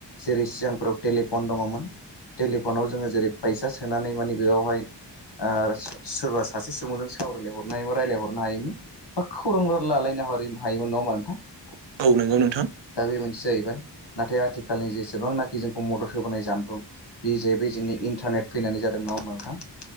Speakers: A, on the left; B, on the right.
A: जेरै सिगांफोराव टेलिफन दङमोन टेलिफनाव जोङो जेरै फैसा सोनानै मानिे बेयावहाय ओ सोरबा सासे सुबुंजों सावरायलायहरनो हायोमोन रायलायहरनो हायोमोन बा खौरां बो लालायना हरो हायोमोन नङा हामबा नोंथां
B: औ नोंगौ नोंथां।
A: दा बे मोनसे जाहैबाय नाथाय आथिखालनि जेसेबांनाखि जोंखौ मदद होबोनाय जानबुं बे जाहैबाय जोंनि इन्टारनेट फैनानै जादों नङा होमबा नोंथां